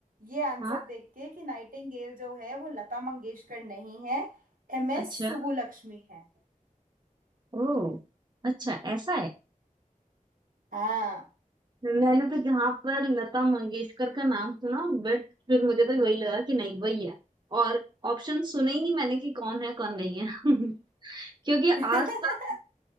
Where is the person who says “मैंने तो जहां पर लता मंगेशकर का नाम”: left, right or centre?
Right